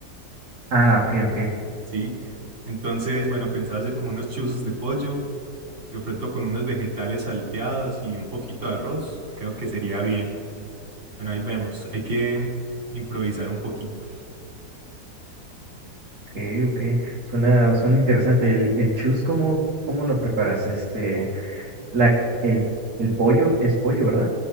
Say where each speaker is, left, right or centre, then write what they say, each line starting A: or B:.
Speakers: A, on the right (about 65°); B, on the right (about 45°).
A: Ah, ok, ok.
B: sí. Entonces, bueno, pensaba hacer como unos chuzos de pollo, de pronto con unos vegetales salteados y un poquito de arroz, creo que sería bien. Bueno, ahí vemos, hay que improvisar un poquito,
A: Okay, okay. Suena, suena interesante. El, el chus, ¿cómo, cómo lo preparas? Este, la, el, el pollo es pollo, ¿verdad?